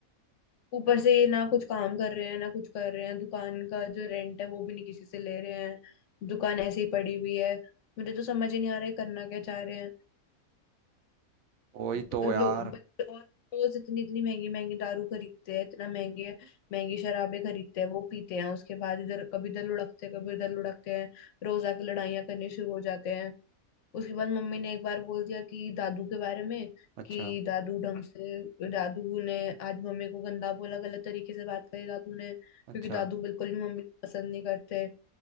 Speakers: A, on the left; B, on the right.
A: ऊपर से ये ना कुछ काम कर रहे हैं ना कुछ कर रहे हैं दुकान का जो रेंट है वो भी नहीं किसी से ले रहे हैं दुकान ऐसे ही पड़ी हुई है मुझे तो समझ ही नहीं आ रहा है करना क्या चाह रहे हैं
B: वही
A: ब-
B: तो यार
A: लो ब- और रोज इतनी इतनी महंगी महंगी दारू खरीदते हैं इतना महंगे महंगी शराबे खरीदते हैं वो पीते हैं उसके बाद इधर कभी इधर लुढ़कते हैं कभी उधर लुढ़कते हैं रोज आके लड़ाइयाँ करनी शुरू हो जाते हैं उसके बाद मम्मी ने एक बार बोल दिया कि दादू के बारे में
B: अच्छा
A: कि दादू ढंग से दादू ने आज मम्मी को गंदा बोला गलत तरीके से बात करी दादू ने क्योंकि
B: अच्छा
A: दादू बिल्कुल भी मम्मी को पसंद नहीं करते